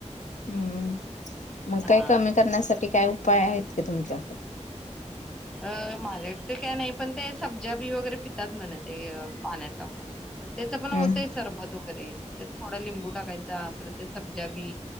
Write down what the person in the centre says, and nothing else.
हा.
अ माझे ते काय नाही पण ते सब्जा बी वगैरे पितात म्हणे ते पाण्यात टाकून त्याच पण होतंय
सरबत वगैरे त्यात थोडं लिंबू टाकायचा परत ते सब्जा बी